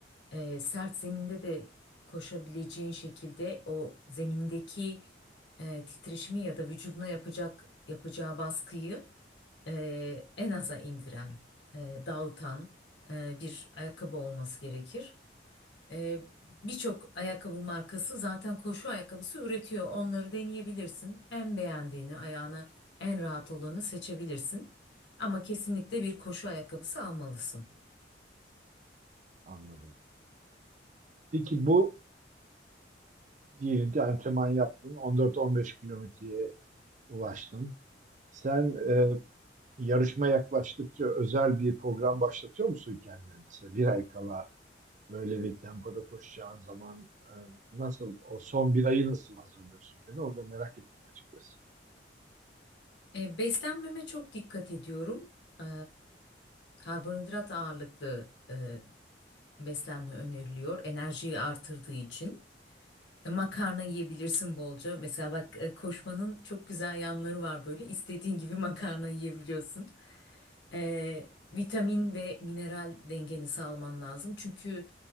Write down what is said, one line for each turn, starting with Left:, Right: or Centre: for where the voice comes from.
Left: e, sert zeminde de koşabileceğin şekilde o zemindeki e, titreşimi ya da vücuduna yapacak yapacağı baskıyı e, en aza indiren, e, dağıtan e, bir ayakkabı olması gerekir. Ee, birçok ayakkabı markası zaten koşu ayakkabısı üretiyor. Onları deneyebilirsin. En beğendiğini, ayağına en rahat olanı seçebilirsin. Ama kesinlikle bir koşu ayakkabısı almalısın.
Right: Anladım. Peki bu diyelim ki antrenman yaptın. 14-15 kilometreye ulaştın. Sen e, yarışma yaklaştıkça özel bir program başlatıyor musun kendine? Mesela bir ay kala böyle bir tempoda koşacağın zaman e, nasıl, o son bir ayı nasıl hazırlıyorsun kendine? Onu da merak ettim açıkçası.
Left: Ee, beslenmeme çok dikkat ediyorum. Ee, karbonhidrat ağırlıklı e, beslenme öneriliyor. Enerjiyi artırdığı için. E, Makarna yiyebilirsin bolca. Mesela bak e, koşmanın çok güzel yanları var böyle. İstediğin gibi <laughs> makarna yiyebiliyorsun. Ee, vitamin ve mineral dengeni sağlaman lazım. Çünkü